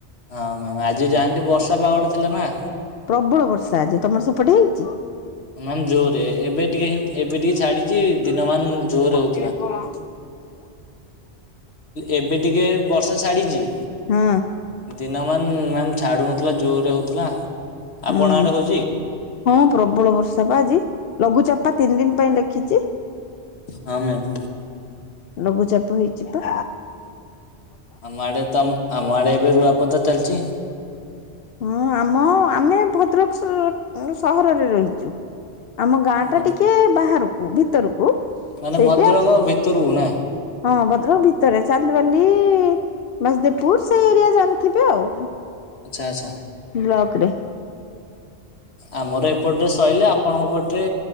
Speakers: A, on the left; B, on the left.
A: ହଁ ମ୍ୟାମ୍ ଆଜି ଯାଆନ୍ତି ବର୍ଷା ପାଗଟା ଥିଲା ନାଁ।
B: ପ୍ରବଳ ବର୍ଷା ଆଜି ତମର ସେପଟେ ହେଇନି?
A: ମ୍ୟାମ୍ ଜୋରେ ଏବେ ଟିକେ ହେମ ଏବେ ଟିକେ ଛାଡିଛି ଦିନ ମାନ ଜୋରରେ ହୋ
B: କେବଳ
A: ଏବେ ଟିକେ ବର୍ଷା ଛାଡିଚି।
B: ହଁ।
A: ଦିନ ମାନ ମ୍ୟାାମ ଛାଡୁନଥିଲା ଜୋରରେ ହୋଉଥିଲା
B: ହଁ
A: ଆପଣ ଆଡେ ହୋଉଚି?
B: ହଁ ପ୍ରବଳ ବର୍ଷା ପା ଆଜି ଲଘୁଚାପ ତିନି ଦିନ ପାଇଁ ଲେଖିଛି।
A: ହଁ ମ୍ୟାମ୍।
B: ଲଘୁଚାପ ହେଇଚିପା।
A: ଆମ ଆଡେ ତ ଆମ ଆଡେ ଏବେ ରୁଆପୋତା ଚାଲିଚି।
B: ହଁ ଆମ ଆମେ ଭଦ୍ରକ ସ ସହରରେ ରହିଚୁ। ଆମ ଗାଁ
A: ଭ
B: ଟା ଟିକେ ବାହାରକୁ ଭିତରକୁ
A: ମାନେ
B: ସେଇଟା।
A: ଭଦ୍ରକ ଭିତରକୁ ନାଁ?
B: ହଁ ଭଦ୍ରକ ଭିତରେ ଚାନ୍ଦବାଲି। ବାସଦେବପୁର ସେଇ ଏରିଆ ଜାଣିଥିବେ ଆଉ
A: ଆଚ୍ଛା ଆଚ୍ଛା।
B: ବ୍ଲକ ରେ।
A: ଆମର ଏପଟରେ ସଇଲେ ଆପଣଙ୍କ ପଟେ